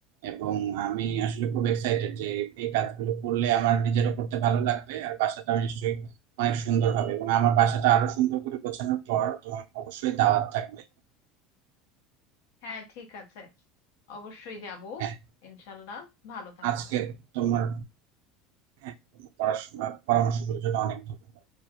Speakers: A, on the right; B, on the left.
A: এবং আমি আসলে খুব এক্সাইটেড যে এই কাজগুলো করলে আমার নিজেরও করতে ভালো লাগবে আর বাসাটা নিশ্চয়ই অনেক সুন্দর হবে এবং আমার বাসাটা আরো সুন্দর করে গোছানোর পর তোমার অবশ্যই দাওয়াত থাকবে
B: হ্যাঁ ঠিক আছে অবশ্যই যাব
A: হ্যাঁ
B: ইনশাল্লাহ ভালো থাকো
A: আজকে
B: ভাই
A: তোমার হ্যাঁ তোমার পড়াশোনা পরামর্শগুলোর জন্য অনেক ধন্যবাদ